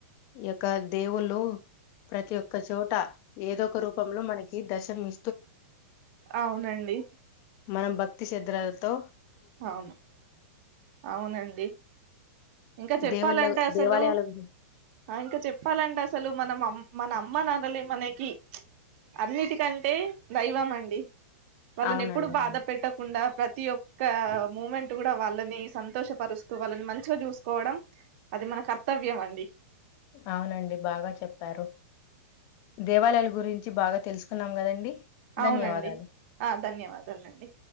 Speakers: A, on the left; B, on the right.
A: ఎ కా దేవుళ్ళు ప్రతి ఒక్క చోట ఏదో ఒక రూపంలో మనకి దర్శ తర్ మీ
B: అవునండి
A: మనం భక్తి శద్రలతో
B: అవును అవునండి ఇంకా చెప్పాలంటే
A: దేవుళ్ళ
B: అసలు
A: దేవాలయాల గురి-
B: ఇంకా చెప్పాలంటే అసలు మనం మన అమ్మ నాన్నలే మనకి అన్నిటికంటే దైవం అండి వాళ్ళని
A: అవునండి
B: ఎప్పుడు బాధ
A: అవును
B: పెట్టకుండా ప్రతి ఒ క్క మూమెంట్ కూడా వాళ్ళని సంతోషపరుస్తూ వాళ్ళని మంచిగా చూసుకోవడం అది మన కర్తవ్యం అండి
A: అవునండి బాగా చెప్పారు దేవాలయాల గురి చి బాగా తెలుసుకున్నాం కదండి
B: అవునండి
A: ధన్యవాదాలు.
B: ఆ ధన్యవాదాలు అండి